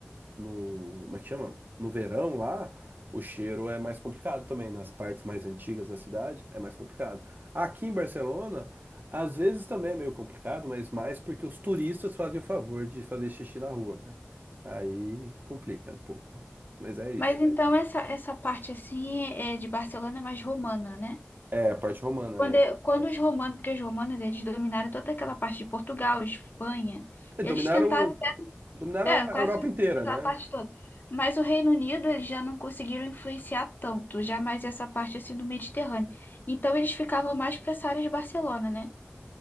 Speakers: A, on the right; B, on the left.
A: no, como é que chama? No verão lá, o cheiro é mais complicado também, nas partes mais antigas da cidade é mais complicado. Aqui em Barcelona, às vezes também é meio complicado, mas mais porque os turistas fazem o favor de fazer xixi na rua, né? Aí complica um pouco. Mas é isso.
B: Mas então essa, essa parte assim é é de Barcelona é mais romana, né?
A: É, a parte romana.
B: Quando,
A: é.
B: é- quando os romanos, porque os romanos eles dominaram toda aquela parte de Portugal, Espanha,
A: É,
B: eles
A: Dominaram,
B: tentaram,
A: Dominaram
B: é, quase
A: a Europa inteira,
B: a
A: né?
B: parte toda. Mas o Reino Unido eles já não conseguiram influenciar tanto, já mais essa parte assim do Mediterrâneo. Então eles ficavam mais para essa área de Barcelona, né?